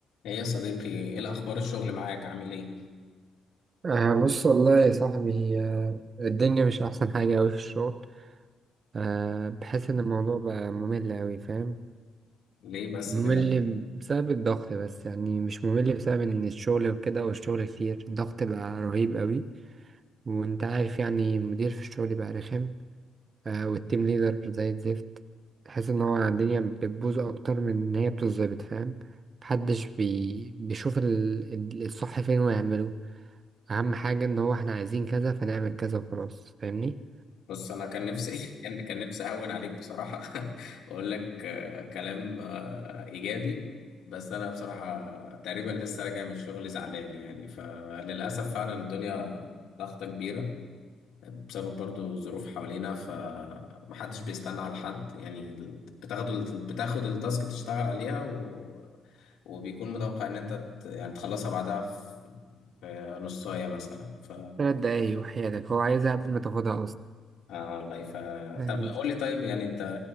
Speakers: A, on the left; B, on the right.
A: ايه يا صديقي ايه الاخبار الشغل معاك عامل ايه
B: آه بص والله يا صاحبي آه الدنيا مش أحسن حاجة أوي في الشغل آه بحس إن الموضوع بقى ممل أوي فاهم
A: ليه بس
B: ممل
A: كده
B: بسبب الضغط بس يعني مش ممل بسبب إن الشغل وكده والشغل كتير الضغط بقى رهيب أوي وأنت عارف يعني المدير في الشغل بقى رخم آه والتيم ليدر زي الزفت تحس إن هو الدنيا بتبوظ أكتر من إن هي بتتظبط فاهم محدش بي... بيشوف ال... ال- الصح فين ويعمله اهم حاجة ان هو احنا عايزين كذا فنعمل كذا وخلاص فاهمني
A: بص انا كان نفسي <laughs> كان كان نفسي اهون عليك بصراحه <laughs> واقول لك آه، كلام آه، ايجابي بس انا بصراحه تقريبا لسه راجع من الشغل زعلان يعني فللاسف فعلا الدنيا ضغطة كبيرة بسبب برضو ظروف حوالينا فمحدش بيستنى على حد يعني بتاخد ال- بتاخد التاسك تشتغل عليها و... وبيكون متوقع ان انت ت- يعني تخلصها بعدها في نصاية مثلا ف
B: ثلاث دقايق وحياتك هو عايزها قبل ما تاخدها اصلا
A: آه والله ف
B: فاهمني
A: طب قول لي طيب يعني انت